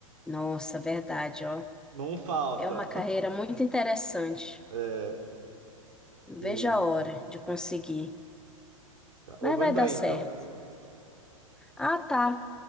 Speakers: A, in the centre; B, on the right (about 65°).
A: Nossa, verdade, ó.
B: Não falta.
A: É uma carreira muito interessante.
B: É.
A: Não
B: Beleza,
A: vejo a
B: então.
A: hora de conseguir,
B: Tá. Ô,
A: mas
B: vou
A: vai
B: indo
A: dar
B: aí,
A: certo.
B: então.
A: Ah, tá.